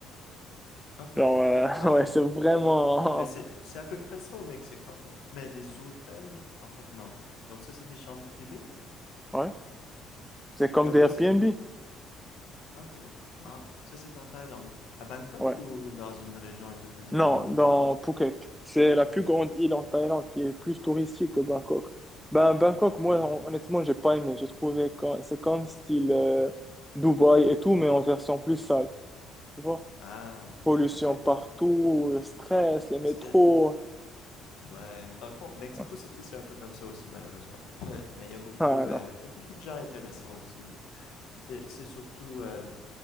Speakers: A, on the left (about 70°); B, in the centre.
A: OK,
B: Genre, euh,
A: OK, quand
B: <laughs> ouais,
A: même.
B: c'est vraiment,
A: Mais c'est c'est à peu près ça au Mexique, en fait. Mais des hôtels, en fait, non. Donc ça, c'est des chambres privées?
B: <laughs> ouais. C'est comme
A: Comme
B: des Airbnb.
A: c'est... OK, wow. Ça, c'est en Thaïlande. À Bangkok
B: Ouais.
A: ou dans une région un peu plus
B: Non,
A: éloignée?
B: dans Phuket. C'est la plus grande île en Thaïlande qui est plus touristique que Bangkok. Ben, Bangkok, moi,
A: Ah,
B: hon- honnêtement, j'ai pas aimé. J'ai trouvé que c'est comme style euh, Dubaï et tout, mais en version plus sale. Tu vois?
A: ah,
B: Pollution
A: OK.
B: partout, le stress, les
A: Est-ce
B: métros.
A: que... Ouais, dans le fond, Mexico
B: Ouais.
A: City, c'est un peu comme ça aussi, malheureusement. <laughs> Mais il y a beaucoup,
B: Ah
A: euh,
B: non.
A: il y a beaucoup de gens intéressants aussi. C'est, c'est surtout, euh,